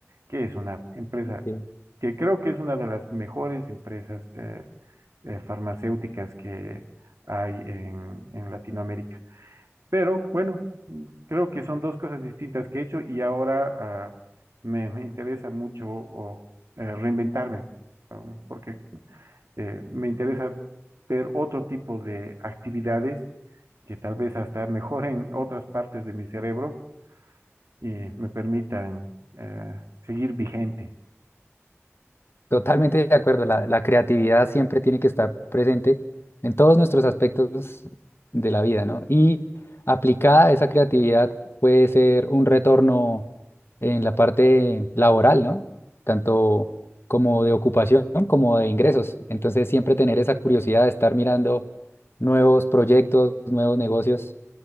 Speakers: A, on the right; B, on the left.
A: que es una empresa
B: entiendo.
A: que creo que es una de las mejores empresas eh, eh, farmacéuticas que hay en, en Latinoamérica. Pero bueno, creo que son dos cosas distintas que he hecho y ahora ah, me, me interesa mucho o, eh, reinventarme, um, porque eh, me interesa ver otro tipo de actividades que tal vez hasta mejoren otras partes de mi cerebro y me permitan eh, seguir vigente.
B: Totalmente de acuerdo, la, la creatividad siempre tiene que estar presente en todos nuestros aspectos de la vida, ¿no? Y aplicada esa creatividad puede ser un retorno en la parte laboral, ¿no? Tanto como de ocupación como de ingresos. Entonces siempre tener esa curiosidad de estar mirando nuevos proyectos, nuevos negocios